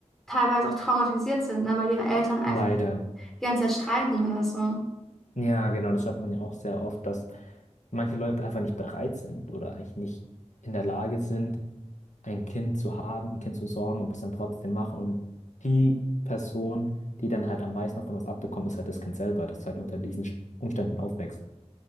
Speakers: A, in the centre; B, on the left.
A: teilweise auch traumatisiert sind, ne? Weil ihre Eltern einfach
B: Leider.
A: die ganze Zeit streiten oder so.
B: Ja, genau, das hört man ja auch sehr oft, dass manche Leute einfach nicht bereit sind oder eigentlich nicht in der Lage sind, ein Kind zu haben, ein Kind zu sorgen, aber es dann trotzdem machen. Und die Person, die dann halt am meisten davon was abbekommt, ist halt das Kind selber, das halt unter diesen Umständen aufwächst.